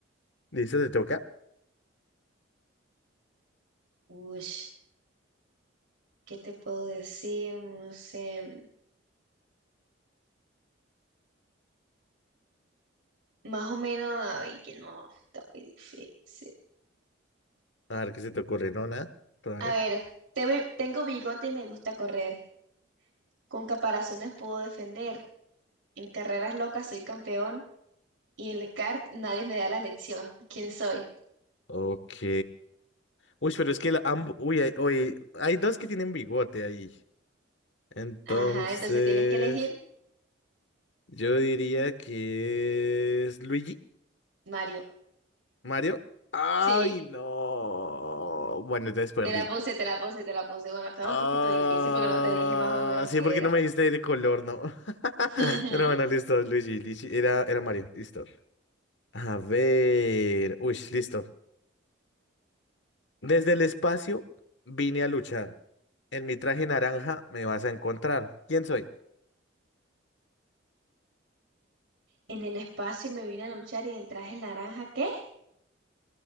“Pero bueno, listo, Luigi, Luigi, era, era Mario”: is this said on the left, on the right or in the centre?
Left